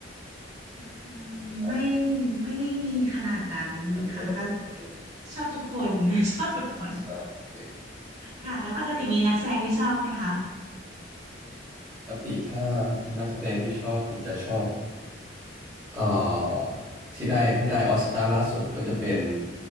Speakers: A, on the right; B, on the right.
A: อืมไม่
B: ใช่
A: ไม่ได้มีขนาดนั้นค่ะก็
B: ไม่มีเลยอืม
A: ชอบทุกคน <laughs> ชอบทุกคน
B: อ่าโอเค
A: ค่ะแล้วปกติมีนักแสดงที่ชอบไหมคะ
B: ปกติถ้าถ้านักแสดงที่ชอบ ผมจะชอบเอ่อที่ได้ที่ได้ออสการ์ล่าสุดก็จะเป็น